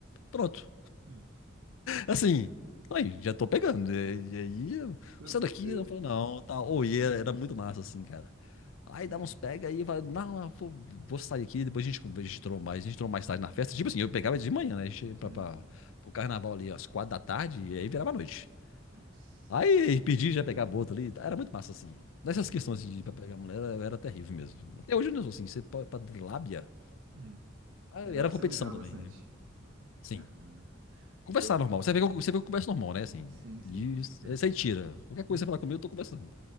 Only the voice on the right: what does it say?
hum.
Com
certeza.
É.
Uhum.
Nossa.
Ah,
Hum,
De lá você
manjava
bastante.
Ah,
eu,
sim, sim,
com certeza.
uhum.